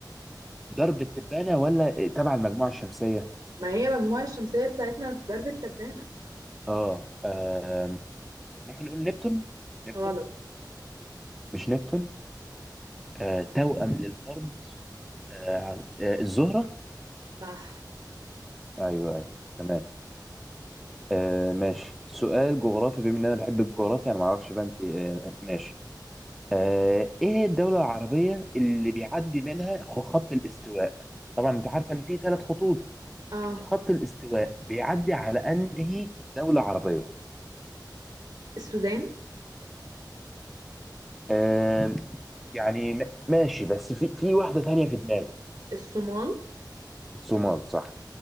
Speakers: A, in the centre; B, on the right (about 60°).
A: درب التبانة ولا تبع المجموعة الشمسية؟
B: ما هي المجموعة الشمسية بتاعتنا في درب التبانة
A: آه آم، ممكن نقول نبتون نبتون
B: غلط
A: مش نبتون آه توأم للأرض آه ع- آه، الزهرة
B: صح
A: أيوه أيوه تمام آه ماشي سؤال جغرافي بما إن أنا بحب الجغرافيا أنا معرفش بقى أنت آه ماشي آه إيه هي الدولة العربية اللي بيعدي منها خ- خط الاستواء؟ طبعا أنت عارفة إن في ثلاث خطوط
B: اه
A: خط الاستواء بيعدي على أنهي دولة عربية؟
B: السودان
A: آه يعني م- ماشي بس في في واحدة تانية في دماغي
B: الصومال
A: الصومال صح